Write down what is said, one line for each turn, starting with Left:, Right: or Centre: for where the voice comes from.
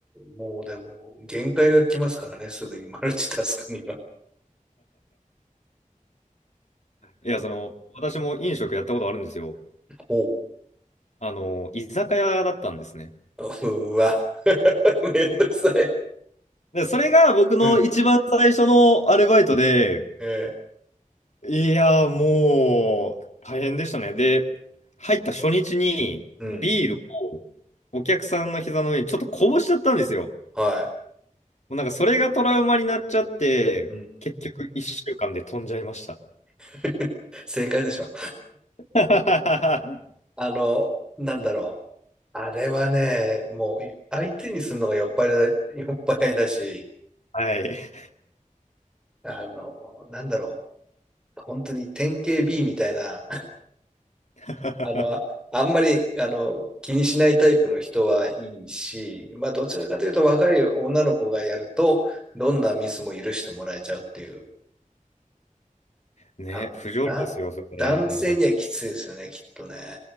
Centre: もうでも、限界が来ますからね、すぐにマルチタスクには。
Left: いや、
Centre: お
Left: その、私も飲食やったことあるんですよ。
Centre: お
Left: あの、居酒屋だったんですね。
Centre: <laughs> うわ。<laughs> めんどくさい。
Left: で、それが僕の一番最初のアルバイトで、
Centre: うん。え
Left: いや、もう、大変でしたね。で、入った初日に、
Centre: ー、うん。
Left: ビールをお客さんの膝の上にちょっとこぼしちゃったんですよ。
Centre: はい。
Left: もうなんかそれがトラウマになっちゃって、
Centre: うん。
Left: 結局1週間で飛んじゃいました。
Centre: <laughs> 正解でしょ。
Left: <laughs> は
Centre: あの、なんだろう。あれはね、もう相手にするのが酔っ払いだ、酔っ払いだし、
Left: い。
Centre: あの、なんだろう。本当に典型 B みたいな、
Left: <laughs>
Centre: <laughs> あの、ああんまり、あの、気にしないタイプの人はいいし、まあ、どちらかというと若い女の子がやると、どんなミスも許してもらえちゃうっていう
Left: ね、
Centre: あの、
Left: 不条理ですよ、
Centre: だ、
Left: それ、
Centre: 男性にはきついですよね、
Left: 本当に。
Centre: きっとね。